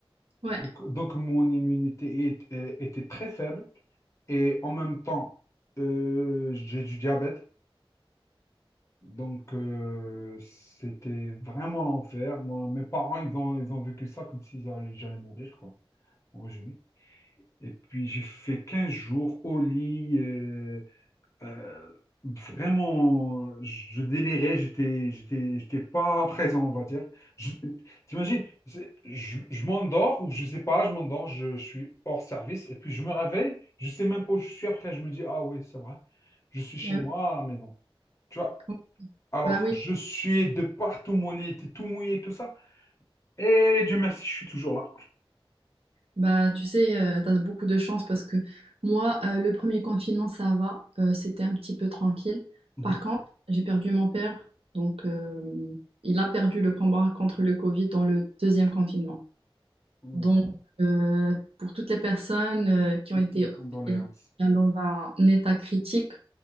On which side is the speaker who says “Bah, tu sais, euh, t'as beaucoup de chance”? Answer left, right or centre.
Right